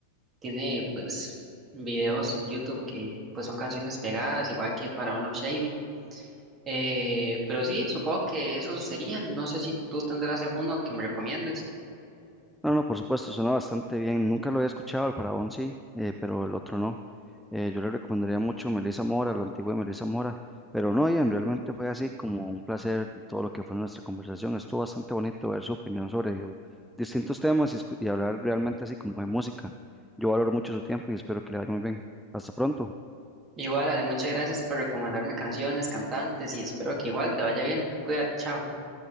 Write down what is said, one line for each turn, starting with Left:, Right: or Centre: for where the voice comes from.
Right: tiene pues videos en YouTube que pues son canciones pegadas, igual que para Love Shady. Eh, pero sí, supongo que esos serían, no sé si tú tendrás alguno que me recomiendes.
Centre: No, no, por supuesto, suena bastante bien. Nunca lo había escuchado, el Faraón sí, eh, pero el otro no. Eh, yo le recomendaría mucho Melissa Mora, lo antiguo de Melissa Mora. Pero no, Ian, realmente fue así como un placer todo lo que fue nuestra conversación. Estuvo bastante bonito ver su opinión sobre distintos temas y, escu- y hablar realmente así como de música. Yo valoro mucho su tiempo y espero que le vaya muy bien. Hasta pronto,
Right: Igual, Ale, muchas gracias por recomendarme canciones, cantantes y espero que igual te vaya bien. Cuídate, chao.